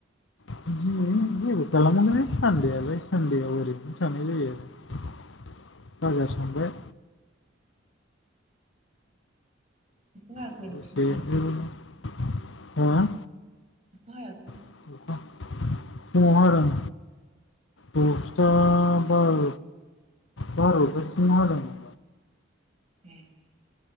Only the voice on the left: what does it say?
<unintelligible> जेबो खालामाखैनो सानदेआलाय सान्देआव ओरैनो थानाय जायो आरो बाजार थांबाय।
<unintelligible>
हा?
<unintelligible> फुङाव हादों। दसथा बार बरथासिम हादोंमो